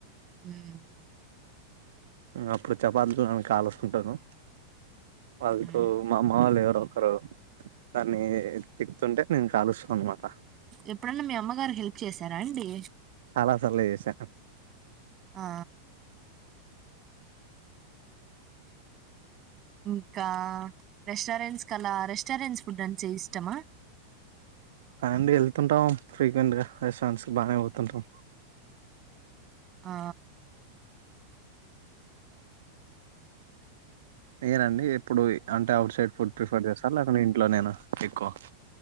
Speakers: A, on the right (about 30°); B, on the right (about 60°).
A: మ్మ్.
B: అప్పుడు చపాతిలు <unintelligible> కాల్స్తు ఉంటాను వాళ్ళతో
A: మ్మ్.
B: మా అమ్మ వాళ్ళు ఎవరు ఒకరు దాన్ని తికుతుంటే నేను కాలుస్తా అన్నమాట
A: ఎప్పుడన్నా మీ అమ్మగారు హెల్ప్ చేసార అండి
B: చాల సార్లు చేశా
A: ఆ ఇంకా రెస్టారెంట్స్ కలా రెస్ రెస్టారన్స్ ఫుడ్ అంటే ఇష్టమా
B: అండి వెళ్తుంటాము ఫ్రీక్వెంట్ గా రెస్టారెంట్ బాగానే పోతుంటాం
A: ఆ
B: నేనండి ఇప్పుడు అంటే అవుట్ సైడ్ ఫుడ్ ప్రిఫర్ చేస్తారు లేకుంటే ఇంట్లో నేన ఎకువ